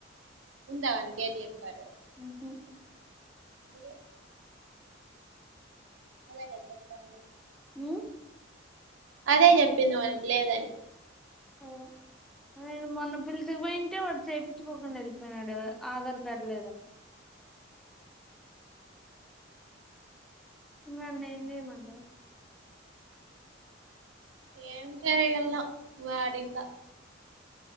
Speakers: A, on the right; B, in the centre.
A: ఉందా వానికి ఏటిఎం కార్డు?
B: ఉహు
A: మల్ ఏ అదేగ చెప్తాంది
B: ఉ
A: అదే చెప్పింది వానికి లేదని
B: ఆ నేను మొన్న పిల్చుకు పోయింటే వాడు చేపిచుకోకుండా వెళ్ళిపోయినాడు. ఆధార్ కార్డు లేదన్ నన్నేం చేయమంటవ్?
A: ఏం చేయల్లో వాడింగ